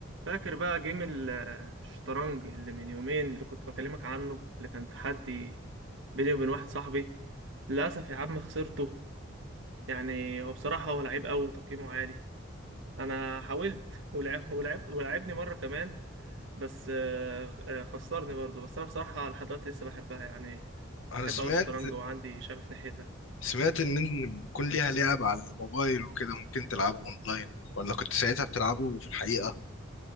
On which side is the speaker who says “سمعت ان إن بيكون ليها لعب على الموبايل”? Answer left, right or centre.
Left